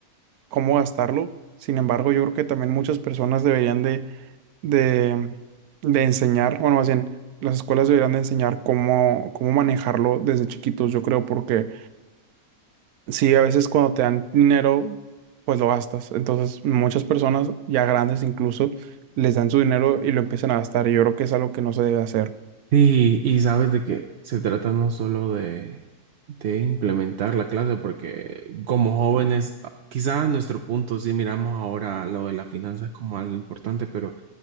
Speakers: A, on the right (about 80°); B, on the right (about 60°).
A: cómo gastarlo. Sin embargo, yo creo que también muchas personas deberían de, de, de enseñar, bueno, más bien, las escuelas deberían de enseñar cómo, cómo manejarlo desde chiquitos, yo creo, porque sí, a veces cuando te dan dinero, pues lo gastas. Entonces, muchas personas, ya grandes incluso, les dan su dinero y lo empiezan a gastar. Y yo creo que es algo que no se debe hacer.
B: Sí, y sabes de que se trata no solo de, de implementar la clase, porque como jóvenes, quizá a nuestro punto sí miramos ahora lo de las finanzas como algo importante, pero